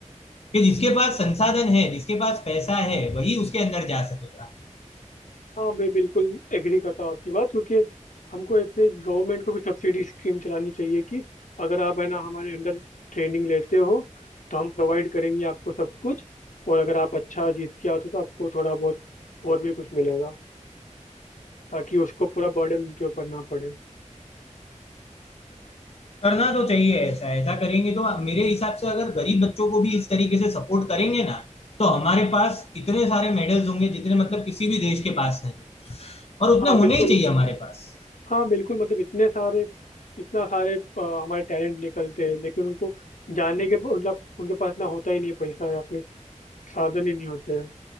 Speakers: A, on the left; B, on the left.
A: कि जिसके पास संसाधन है जिसके पास पैसा है वही उसके अंदर जा सकेगा
B: हाँ मैं बिल्कुल एग्री करता हूँ आपकी बात क्योंकि हमको ऐसे गवर्नमेंट को भी सब्सिडी स्कीम चलानी चाहिए कि अगर आप है ना हमारे अंडर ट्रेनिंग लेते हो तो हम प्रोवाइड करेंगे आपको सब कुछ और अगर आप अच्छा जीत के आते हो तो आपको थोड़ा बहुत और भी कुछ मिलेगा ताकि उसको पूरा बर्डन उनके ऊपर ना पड़े
A: करना तो चाहिए ऐसा ऐसा करेंगे तो मेरे हिसाब से अगर गरीब बच्चों को भी इस तरीके से सपोर्ट करेंगे ना तो हमारे पास इतने सारे मेडल्स होंगे जितने मतलब किसी भी देश के पास नहीं है और उतने
B: हाँ
A: होने
B: बिल्कुल
A: ही चाहिए हमारे पास
B: हाँ बिल्कुल मतलब इतने सारे इतना सारे अ, हमारे टैलेंट निकलते हैं लेकिन उनको जानने के उनका उनके पास इतना होता ही नहीं है पैसा या फिर साधन ही नहीं होते हैं